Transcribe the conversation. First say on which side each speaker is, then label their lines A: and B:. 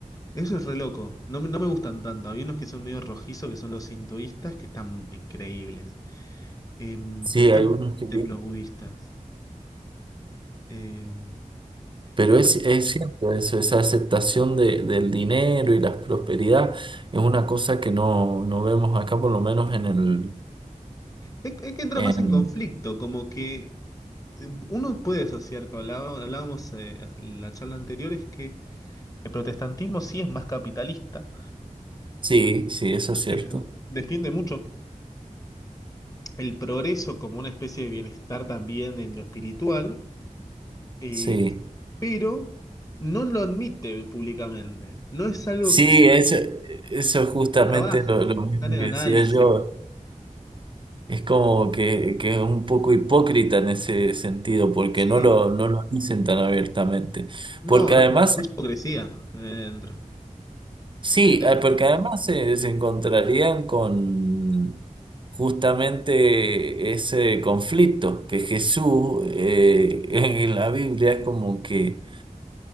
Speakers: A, on the left; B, on the right.
A: Eso es re loco. No, me no me gustan tanto. Hay unos que son medio rojizos, que son los sintoístas, que están increíbles. Em,
B: Sí,
A: pero están
B: hay unos que...
A: templos budistas. Em,
B: Pero
A: pero
B: es,
A: me-
B: es cierto eso, esa aceptación de- del dinero y la prosperidad es una cosa que no, no vemos acá, por lo menos en el...
A: es, es que entra
B: En...
A: más en conflicto, como que eh, uno puede asociar, como hablaba- hablábamos, eh, en la charla anterior, es que el protestantismo sí es más capitalista.
B: Sí, sí, eso es cierto.
A: Es- mm, defiende mucho el progreso como una especie de bienestar también en lo espiritual. Eh,
B: Sí,
A: pero no lo admite públicamente. No es algo
B: sí,
A: que se
B: eso, eso es justamente
A: por abajo.
B: lo, lo
A: Está
B: mismo
A: en el
B: que
A: análisis.
B: decía yo. Es como que, que es un poco hipócrita en ese sentido, porque
A: Sí,
B: no lo, no lo dicen tan abiertamente.
A: no,
B: Porque
A: no,
B: además
A: no, no mucha hipocresía eh, dentro.
B: Sí,
A: Yo te-
B: eh, porque además se, se encontrarían con justamente ese conflicto, que Jesús eh, <laughs> en la Biblia es como que